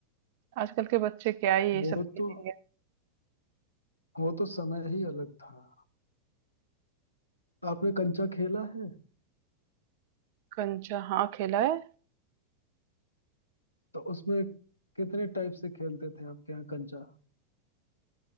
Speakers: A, on the right; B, on the left.
A: आजकल के बच्चे क्या ही ये
B: वो
A: सब खेलेंगे
B: तो वो तो समय ही अलग था आपने कंचा खेला है
A: कंचा हाँ खेला है
B: तो उसमें कितने टाइप से खेलते थे आपके यहाँ कंचा